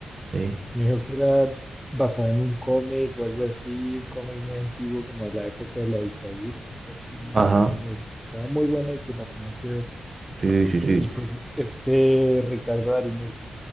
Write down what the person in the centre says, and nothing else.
Me dijo que era basada en un cómic o algo así, un cómic muy antiguo como de la época de la dictadura o algo así.
Entonces me dijo que estaba muy buena y que la tenía que ver.
Y pues este Ricardo Darín es,